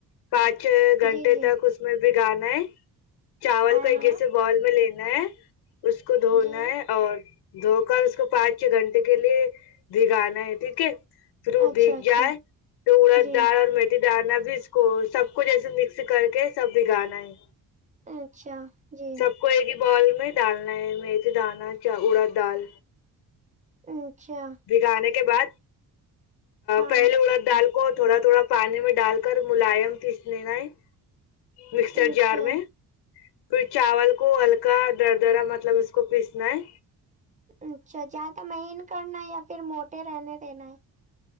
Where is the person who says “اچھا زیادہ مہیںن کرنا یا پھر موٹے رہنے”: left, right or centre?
Right